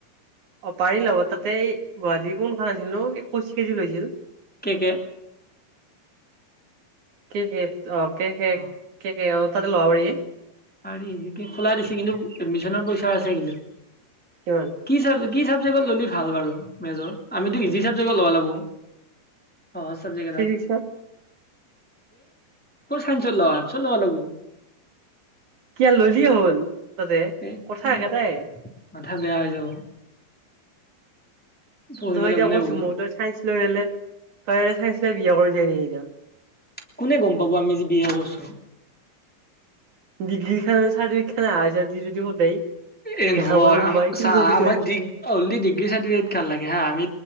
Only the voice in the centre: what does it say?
কে কে?
অ
পাৰি খোলা দিছে কিন্তু এডমিছনৰ পইচা আছে কিন্তু।
কি চাব কি ছাবজেক্টত ল'লে ভাল বাৰু মেজৰ আমিতো ইজি ছাবজেক্টত ল'বা লাগব। অ', ছাবজেক্ট এটাত।
ক'ত চাইঞ্চত লোৱা অৰ্ষ্টত ল'বা লাগব।
এই
উম,
মাথা বেয়া হৈ যাব। পঢ়িবলৈ
কোনে
পঢ়
কোনে গম পাব আমি যে বি এ কৰছো?
এ
নহয়
আমাক
চাহ
আমাক
দিগ অনলি ডিগ্ৰী চাৰ্টিফিকেট খান লাগে হা আমি